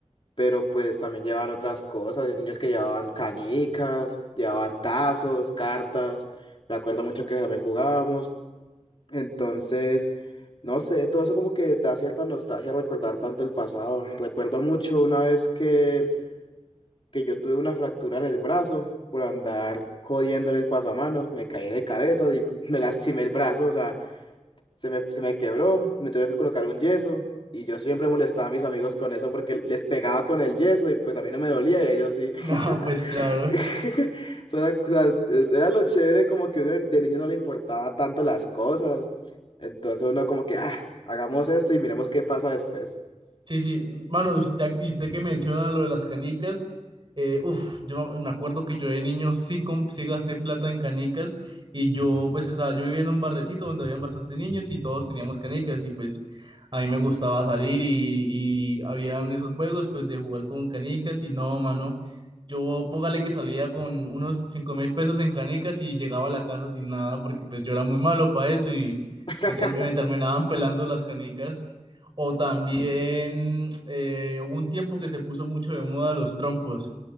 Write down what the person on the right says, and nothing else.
Ah, pues claro.
Sí, sí, mano, us- ya, que- y usted que menciona lo de las canicas, eh, uf, yo me acuerdo que yo de niño sí, com- sí gasté plata en canicas y yo, pues, o sea, yo vivía en un barrecito donde habían bastantes niños y todos teníamos canicas y pues a mí me gustaba salir y, y habían esos juegos, pues, de jugar con canicas y no, mano, yo póngale que salía con unos cinco mil pesos en canicas y llegaba a la casa sin nada porque pues yo era muy malo para eso y
me, ter- me terminaban pelando las canicas. O también eh, hubo un tiempo que se puso mucho de moda los trompos.